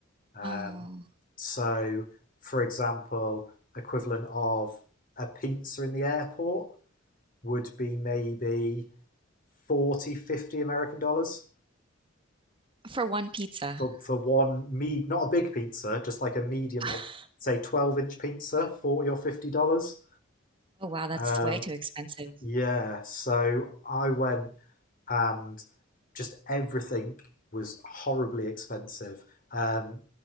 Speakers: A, on the left (about 45°); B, on the right (about 25°).
A: Um,
B: Oh,
A: so, for example, equivalent of a pizza in the airport would be maybe 40, 50 American dollars.
B: for one pizza.
A: for for one me not a big pizza, just like a medium,
B: <laughs>
A: like say twelve inch pizza, forty or fifty dollars.
B: Oh, wow, that's
A: Um,
B: way too expensive.
A: yeah, so I went and just everything was horribly expensive. Um,